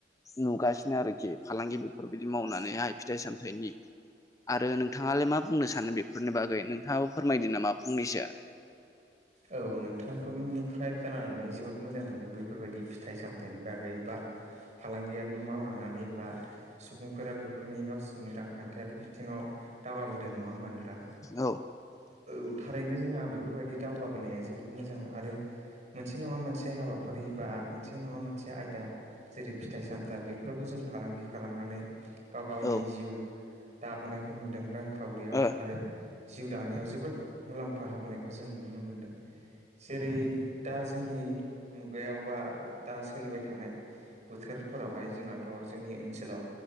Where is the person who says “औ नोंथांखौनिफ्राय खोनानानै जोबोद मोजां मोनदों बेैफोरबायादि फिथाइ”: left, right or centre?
Right